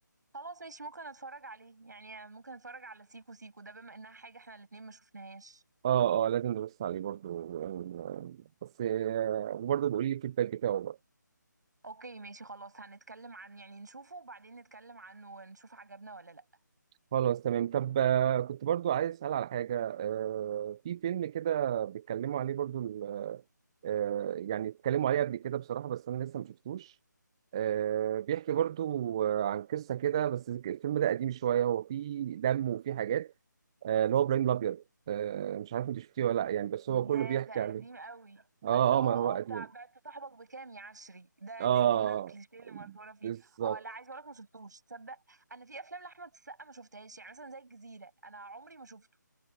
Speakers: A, on the right (about 65°); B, on the right (about 15°).
A: خلاص ماشي ممكن اتفرج عليه يعني ممكن اتفرج على سيكو سيكو ده بما انها حاجة احنا الاتنين ما شفناهاش
B: اه اه لازم نبص عليه برضو آه، بس آه، وبرضو بيقول لي الفيدباك بتاعه بقى
A: اوكي ماشي خلاص هنتكلم عن يعني نشوفه وبعدين نتكلم عنه ونشوف عجبنا ولا لا
B: خلاص تمام طب آه، كنت برضو عايز اسال على حاجه آه، في فيلم كده بيتكلموا عليه برضو ال- آه، يعني اتكلموا عليه قبل كده بصراحه بس انا لسه ما شفتوش آه، بيحكي برضو آه، عن قصه كده بس الفيلم ده قديم شويه هو فيه دم وفيه حاجات آه، اللي هو ابراهيم الابيض آه، مش عارف انت شفتيه ولا لا يعني بس
A: يا
B: هو كله بيحكي
A: ده
B: عليه
A: قديم قوي
B: اه
A: اللي هو
B: اه ما
A: اه
B: هو قديم
A: بتاع بعت صاحبك بكام يا عشري ده
B: اه
A: دي الجملة الكليشيه اللي مشهورة فيه
B: بالظبط
A: اه لا عايز اقولك ما شفتوش تصدق انا في افلام لاحمد السقا ما شفتهاش يعني مثلا زي الجزيرة انا عمري ما شفته